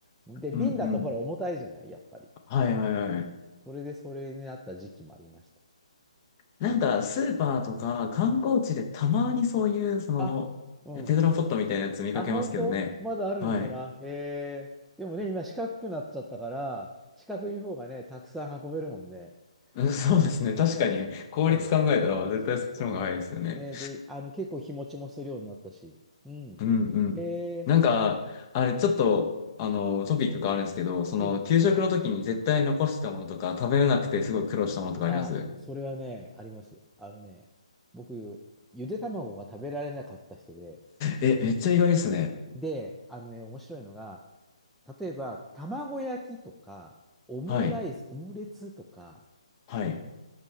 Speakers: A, in the centre; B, on the left.
A: で、瓶だとほら重たいじゃない、
B: うんうん。
A: やっぱり。
B: はいはいはい。
A: うんそれでそれになった時期もありました。
B: なんか、
A: うん。
B: スーパーとか観光地でたまにそういう、
A: うん
B: その、
A: あ、うん。
B: テトラポットみたいなやつ見かけますけどね。
A: あ、本当まだあるのかなへ
B: はい。
A: え。でもね、今四角くなっちゃったから、四角い方がね、たくさん運べるもんね。
B: うんそうですね。
A: うん。
B: 確かに、
A: ね、
B: 効率考えたら絶対そっちの方が早いですよね。
A: そうだよね。そうそう。ね、で、あの、結構日持ちもするようになったし。うん。
B: うんうん。
A: へえ、
B: なんか、あれ、ちょっと、あの、トピックがあるんですけど、その、
A: うん。
B: 給食の時に絶対残してたものとか、食べれなくてすごい苦労したものとかあります
A: あ、それはね、あります。あのね、僕、ゆで卵が食べられなかった人で、
B: え、めっちゃ意外ですね。
A: で、あのね、面白いのが、例えば、卵焼きとか、オムライス、
B: はい。
A: オムレツとか、
B: はい。